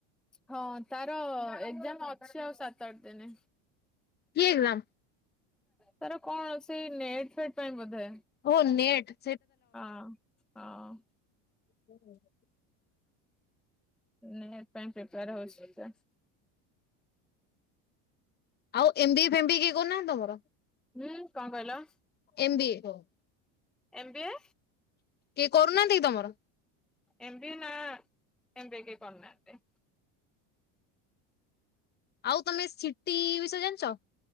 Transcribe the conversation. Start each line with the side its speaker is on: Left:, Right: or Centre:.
Centre: ହଁ ତାର ଏକ୍ଜାମ ଅଛି ଆଉ ସାତ ଆଠ ଦିନ।
Left: କିଏ ହେଲା।
Centre: ତାର କଣ ସେଇ ନେଟ ଫେଟ ପାଇଁ ବୋଧେ।
Left: ଓ ନିଟ।
Centre: ହଁ ହଁ
Left: ହୁଁ <inaudible>
Centre: ନିଟ ପାଇଁ ପ୍ରିପେୟାର ହଉଛି
Left: ଆଉ ଏମବିଏ ଫେମ୍ ବିଏ କିଏ କରୁନାହାନ୍ତି ତମର।
Centre: ହୁଁ କଣ କହିଲ।
Left: M B A.
Centre: M B A
Left: କିଏ କରୁନାହାନ୍ତି କି ତମର
Centre: ଏମ ବି ଏ ନା ଏମ ବି ଏ କେହି କରୁନାହାନ୍ତି।
Left: ଆଉ ତମେ ସିଟି ବିଷୟ ଜାଣିଛ।